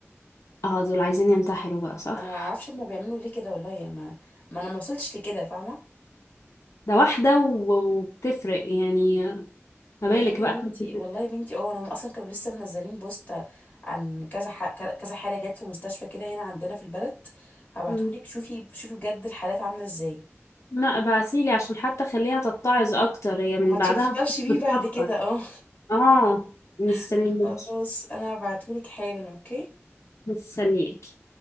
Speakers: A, on the left; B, on the left.
A: اه دول عايزين ينتحروا بقى صح
B: انا ما اعرفش ما بيعملوا ليه كده والله يعني ما, ما انا ما وصلتش لكده فاهمه
A: ده واحدة و- وبتفرق يعني ما
B: والله
A: بالك
B: يا
A: بقى
B: بنتي
A: خمسة ستة
B: والله يا بنتي اه انا اصلا كانوا لسه منزلين بوست عن كذا ح... كذا حاله جت في مستشفى كده هنا عندنا في البلد هبعتهولك
A: مم.
B: شوفي شوفي بجد الحالات عامله ازاي
A: لا ابعتيلي عشان حتى خليها تتعظ اكتر هي من
B: وما
A: بعدها
B: تشوفيش بيه
A: بتفكر
B: بعد كده اه
A: اه مستنيك
B: <laughs> خلاص انا هبعتهولك حالا اوكي
A: مستنياك